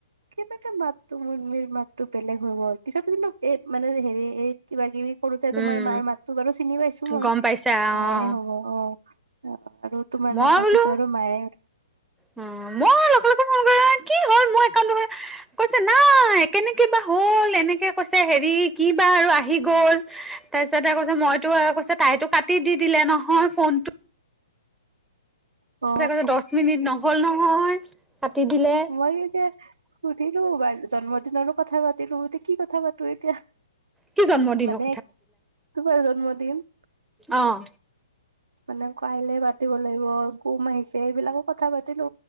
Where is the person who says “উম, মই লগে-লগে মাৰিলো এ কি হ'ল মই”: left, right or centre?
Centre